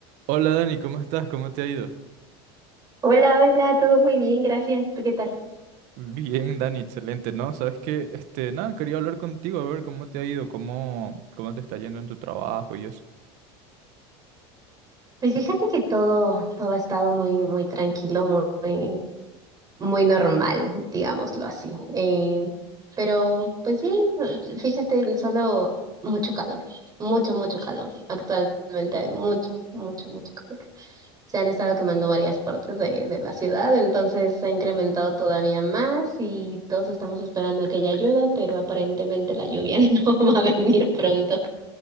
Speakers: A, on the right; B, on the right.
A: Hola Dani, ¿cómo estás? ¿Cómo te ha ido?
B: Hola, hola, todo muy bien, gracias. ¿Tú qué tal?
A: Bien, Dani, excelente, ¿no? Sabes que, este, nada, quería hablar contigo, a ver cómo te ha ido, cómo, cómo te está yendo en tu trabajo y eso.
B: Pues fíjate que todo, todo ha estado muy, muy tranquilo, muy, muy, muy normal, digámoslo así. Eh, pero, pues bien, eh, fíjate, solo mucho calor, mucho, mucho calor. Actualmente hay mucho, mucho, mucho calor. Se han estado quemando varias partes de, de la ciudad, entonces se ha incrementado todavía más y todos estamos esperando a que ya llueva, pero aparentemente la lluvia <laughs> no va a venir pronto.